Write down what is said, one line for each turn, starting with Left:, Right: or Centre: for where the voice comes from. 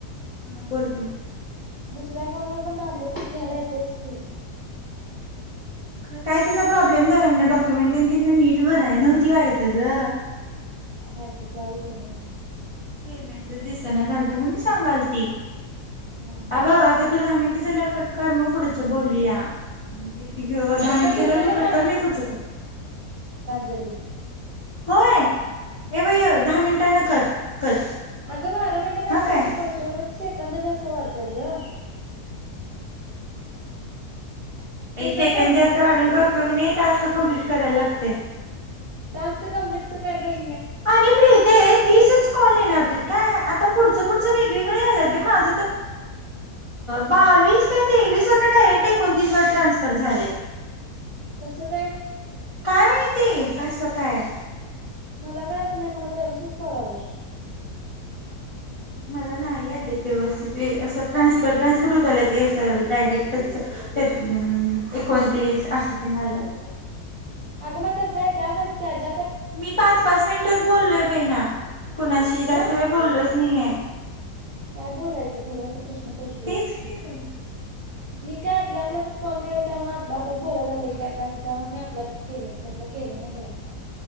Left: ह बोल ग.
Right: दुसऱ्या फोन वर पण डाउनलोड करून घ्यायला येतेच की.
Left: खरं काय तिचा प्रॉब्लेम झालाय म्हण डॉक्युमेंट आणि ती नीट भराय नव्हती वाढतं ग.
Right: काय माहितीच आज उघडंन.
Left: पेमेंट जर दिसना झालत म्हणून सांगालती.
Right: हा
Left: अ बघ आता
Right: हा
Left: तू दहा मिनट झाल्यावर कटकर मग पुढ बोलूया म्हणजे त दहा
Right: आता
Left: मिनिटं
Right: कट
Left: झाल्यावर
Right: होतोय
Left: तु
Right: का
Left: कट कर मी पुढचं
Right: जली
Left: होय ए भ दहा मिनटां न कर कट
Right: अगं बारा मिनटांने
Left: हा
Right: टोमॅटिक
Left: काय
Right: करतो सेकंद जास्त क वाढतेर ग होतोय
Left: सेकंड
Right: कॉल
Left: जास्त
Right: कट बोल
Left: वाढून
Right: तू
Left: का उपयोग नाही टास्क कम्प्लीट करायला लागते
Right: टास्क कं्प्लीट काय प्रश्
Left: अप ते तीसच कॉल येणारजीित काय पुढच पुढच वेगवेगळे आत माझ बा का क्ट एकोणतीस वर ट्रान्सफर झा
Right: कसं काय
Left: काय माहितीय असं काय
Right: मला काय असं नाही मला व्यवस्ित करावत
Left: मला नाही आलेत व्यवस्थित असं ट्रान्सपर ट्रान्सफर होत आला ते अस डायरेक्टच तेम् एकोणतीस असं ते नाल्यात
Right: अग मग तसं आहे दात आणि त्याज
Left: मी पाच पाच मिनिटच बोललोय बे ना कुणाशी
Right: का
Left: जास्त वेळ बोललोच नाहीय
Right: काय बोलायचं खरं प्रश्न पडतोयच
Left: तेच कि
Right: की
Left: बाई
Right: मी काय आपल्या आपल्यातच कॉल केलं त्यामुळे आपल्या आपल्याला बोलायला आलंय काय काय असं त्यामुळे मी आपल्यातच केले कोणाला केलं नाही बनता